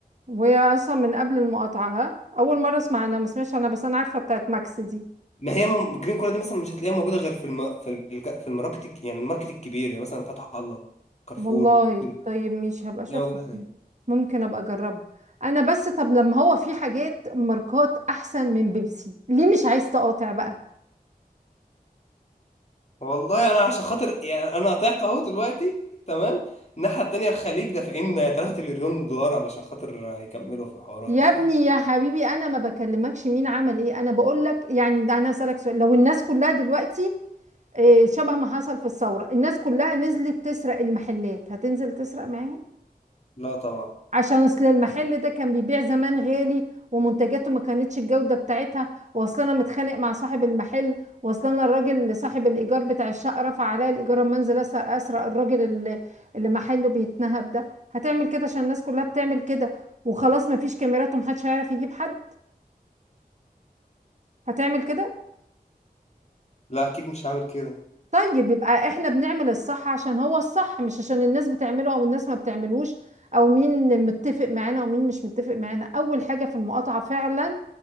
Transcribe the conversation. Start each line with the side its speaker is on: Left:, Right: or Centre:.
Right: وهي اصلا من قبل المقاطعة ها اول مرة اسمع انا ما سمعتش انا بس انا عارفة بتاعت ماكس دي
Left: ما هي م- الجرين كولا دي مثلا مش هتلاقيها موجوده غير في الم... في الج... في الماركت الك- يعني الماركت الكبير يعني مثلا فتح الله كارفور
Right: والله
Left: كده
Right: طيب مش هبقى اشوفها
Left: هتلاقيها موجوده هناك
Right: دي. ممكن ابقى اجربها انا بس طب لما هو في حاجات ماركات احسن من بيبسي ليه مش عايز تقاطع بقى
Left: والله انا عشان خاطر يعني انا طلعت اهو دلوقتي تمام الناحيه التانيه الخليج دافعين 3 تريليون دولار علشان خاطر يكملوا في الحوارات
Right: يا ابني
Left: ديت
Right: يا حبيبي انا ما بكلمكش مين عمل ايه انا بقول لك يعني ده انا اسالك سؤال لو الناس كلها دلوقتي إيه، شبه ما حصل في الثوره الناس كلها نزلت تسرق المحلات هتنزل تسرق معاهم
Left: لا طبعا
Right: عشان اصل المحل ده كان بيبيع زمان غالي ومنتجاته ما كانتش الجوده بتاعتها واصل انا متخانق مع صاحب المحل واصل انا الراجل اللي صاحب الايجار بتاع الشقه رفع عليا الايجار اما انزل اسرق أسرق الراجل اللي اللي محله بيتنهب ده هتعمل كده عشان الناس كلها بتعمل كده وخلاص مفيش كاميرات ومحدش هيعرف يجيب حد هتعمل كده
Left: لا اكيد مش هعمل كده
Right: طيب يبقى احنا بنعمل الصح عشان هو الصح مش عشان الناس بتعمله او الناس ما بتعملوش او مين متفق معانا او مين مش متفق معانا اول حاجة في المقاطعة فعلا